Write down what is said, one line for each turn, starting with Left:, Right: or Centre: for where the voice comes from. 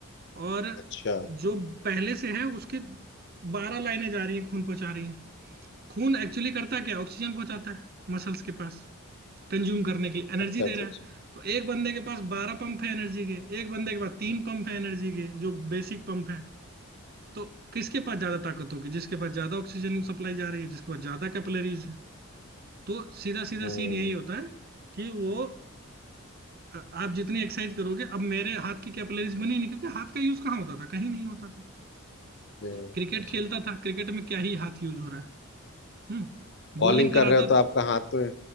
Right: और
Left: अच्छा
Right: जो पहले से है उसके बारह लाइनें जा रही हैं खून पहुंचा रही हैं खून एक्चुअली करता क्या ऑक्सीजन पहुंचाता है मसल्स के पास कंज्यूम करने के लिए एनर्जी
Left: अच्छा
Right: दे
Left: अच्छा
Right: रहा
Left: अच्छा
Right: है तो एक बंदे के पास बारह पंप है एनर्जी के एक बंदे के पास तीन पंप है एनर्जी के जो बेसिक पंप है तो किसके पास ज्यादा ताकत होगी जिसके पास ज्यादा ऑक्सीजन सप्लाई जा रही है जिसके पास ज्यादा कैपिलरीज है तो सीधा सीधा
Left: हम्म
Right: सीन यही होता है कि वो अ, आप जितनी एक्सरसाइज करोगे अब मेरे हाथ की कैपिलरीज बनी नहीं क्योंकि हाथ का यूज कहाँ होता था कहीं नहीं होता था
Left: हम्म,
Right: क्रिकेट
Left: अच्छा
Right: खेलता था क्रिकेट में क्या ही हाथ यूज हो रहा है हम्म बॉलिंग
Left: बॉलिंग
Right: कराता
Left: कर रहे हो तो आपका हाथ तो